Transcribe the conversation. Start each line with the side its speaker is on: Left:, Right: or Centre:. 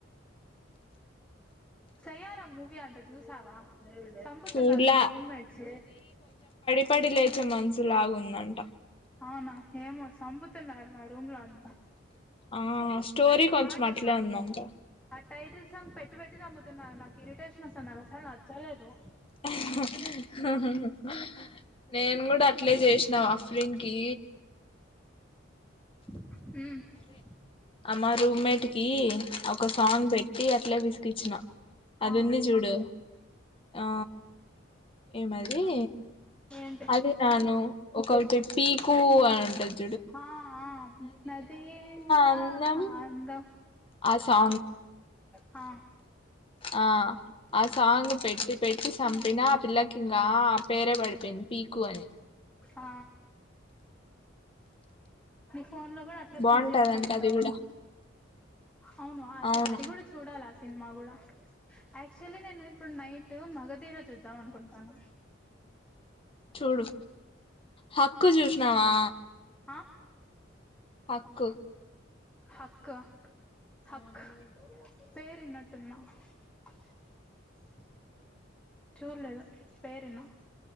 Centre: సయ్యార మూవి అంటా జూసావా సంపుతున్నర్
Left: చూడలా
Centre: మా రూమ్మేట్స
Left: ప్పడి లేచే మనసు లాగుందంట
Centre: అవున ఏమో సంపుతున్నార్ మా రూంలో అంత
Left: ఆ స్టోరీ కొంచెం
Centre: పాటల్
Left: అట్లే
Centre: పా
Left: ఉందంట
Centre: టైటిల్స్ సాంగ్ పెట్టి పెట్టి చంపుతున్నార్ నాకు ఇరిటేషన్ ఒస్తాంది నాక్ అసలు నచ్చలేదు
Left: ఆహా హాహా నేను కూడా అట్లే చేసినా అఫ్రిన్ కీ
Centre: ఉహ్
Left: అ మా రూమ్మేట్ కీ ఒక సాంగ్ పెట్టి అ ఇట్లే విస్కిచిన
Centre: ఆ
Left: అదుంది చూడు ఆ ఏమదీ
Centre: ఏంటి
Left: అది నన్ను ఒకటి పీ <unintelligible> కు అనంటుది
Centre: హా ఆ ఆ నదీంతా
Left: అందం
Centre: అందం
Left: ఆ సాంగ్
Centre: ఆ
Left: ఆ ఆ సాంగ్ పెట్టి పెట్టి సంపినా ఆ పిల్లకి ఇంకా పేరే పడిపోయింది పీక్ కువన్ <unintelligible>
Centre: ఆ ఫోన్ లో గుడ అట్లే
Left: బాగుంటదంట
Centre: ఫీడ్ చేసుకోని ఉంటవుగా
Left: అది కూడా
Centre: అవును ఆస
Left: అవును
Centre: అది కూడా చూడాలి సిన్మా కూడ యాక్చుయల్లీ నేను ప నైట్ మగదీర చూద్దాం అనుకుంటున్నాను
Left: చూడు హక్కు చూసినావా
Centre: ఆ
Left: హక్కు
Centre: హక్కు హక్
Left: ఆ మూవీ
Centre: పేరు వినటున్నా యు <unintelligible> చూడలేదు పేరు విన్నా